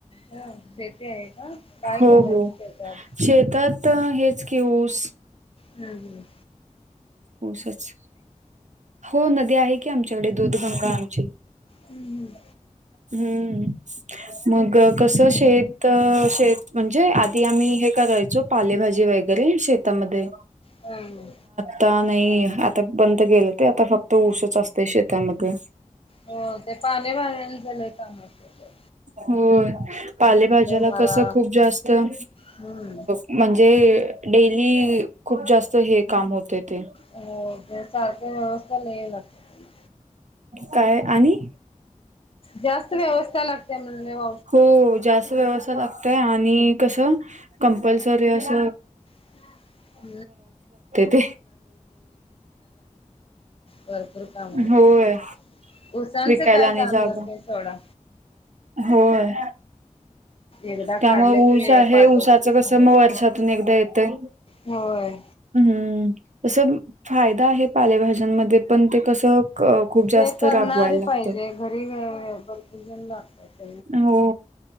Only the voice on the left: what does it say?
हा शेती आहे का का, काय
केलाय
मग शेतात?
हम्म हम्.
हम्म हम.
हम्म.
हो ते पालेभाज्यांच लय काम असतय.
मारा.
हम्म.
हो ते सारखं व्यवस्था लय लागते त्यांना.
जास्त व्यवस्था लागते म्ह <inaudible>
<unintelligible>
भरपूर कामं असत
ऊसाचं
काय
काम
नसतय सोडा.
एकदा
काढलं
की
पाठवलं
की झालंच
होय
ते करणार
पाहिजे घरी भरपूर जण लागतात.